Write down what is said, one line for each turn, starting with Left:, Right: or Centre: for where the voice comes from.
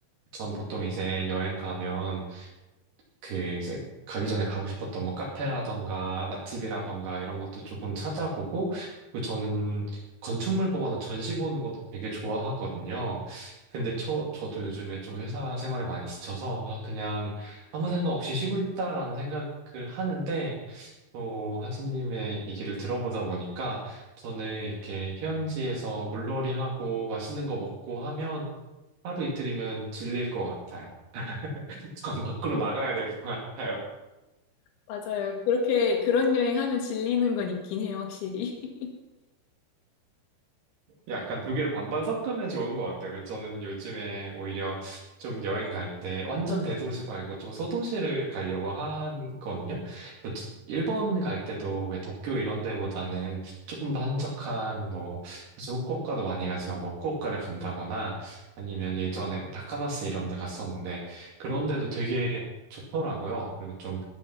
Right: 전 보통 이제 여행 가면 그 이제 가기 전에 가고 싶었던 뭐 카페라던가 맛집이라던가 이런 것도 조금 찾아보고 그리고 저는 건축물 보거나 전시 보는 것도 되게 좋아하거든요. 근데 저, 저도 요즘에 좀 회사 생활에 많이 지쳐서 아, 그냥 아무 생각 없이 쉬고 싶다라는 생각을 하는데 또 하진님의 얘기를 들어보다 보니까 저는 이렇게 휴양지에서 물놀이하고 맛있는 거 먹고 하면 하루 이틀이면 질릴 것 같아요. <laughs> 참 밖으로 나가야 될 것 같아요.
Left: 맞아요. 그렇게 그런 여행하면 질리는 건 있긴 해요, 확실히. <laughs>
Right: 약간 두 개를 반반 섞으면 좋은 것 같아요. 그래서 저는 요즘에 오히려 좀 여행 갈 때 완전 대도시 말고 좀 소도시를 가려고 하거든요. 그래서 지- 일본 갈 때도 왜 도쿄 이런 데보다는 조금 더 한적한 뭐 사실 후쿠오카도 많이 가지만 뭐 후쿠오카를 간다거나 아니면 예전에 뭐 다카마스 이런 데 갔었는데 그런 데도 되게 좋더라고요. 그리고 좀